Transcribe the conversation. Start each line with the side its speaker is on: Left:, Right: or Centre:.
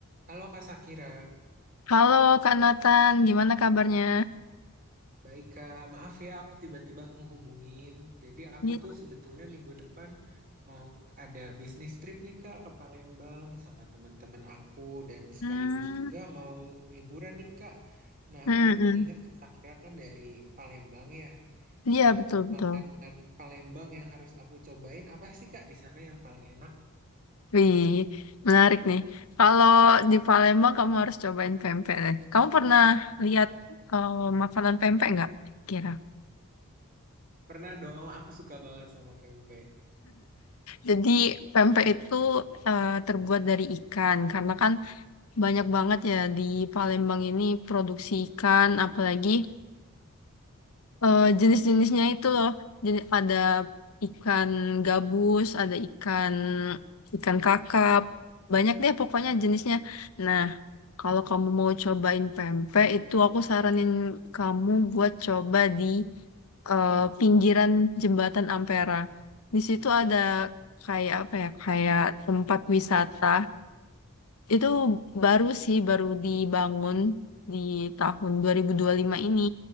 Right: Halo Kak Sakira,
Left: Halo Kak Nathan, gimana kabarnya?
Right: baik Kak. Maaf ya aku tiba-tiba menghubungin. Jadi aku
Left: Iya.
Right: tuh sebetulnya minggu depan mau ada bisnis trip nih Kak ke Palembang sama teman-teman aku dan sekaligus
Left: Hmm,
Right: juga mau liburan nih Kak. Nah,
Left: hmm,
Right: aku
Left: hmm.
Right: tuh ingat Kak Sakira kan dari Palembang ya.
Left: Iya
Right: Nah,
Left: betul-betul.
Right: makanan Palembang yang harus aku cobain apa sih Kak di sana yang paling enak?
Left: Wih, menarik nih. Kalau di Palembang kamu harus cobain pempek deh. Kamu pernah lihat eh, makanan pempek nggak? Kira.
Right: Pernah dong, aku suka banget sama pempek.
Left: Jadi pempek itu eh, terbuat dari ikan karena kan banyak banget ya di Palembang ini produksi ikan, apalagi eh, jenis-jenisnya itu loh. Jadi ada ikan gabus, ada ikan ikan kakap, banyak deh pokoknya jenisnya. Nah, kalau kamu mau cobain pempek itu aku saranin kamu buat coba di eh, pinggiran jembatan Ampera. Di situ ada kayak apa ya, kayak tempat wisata. Itu baru sih, baru dibangun di tahun dua dua ribu dua puluh lima ini.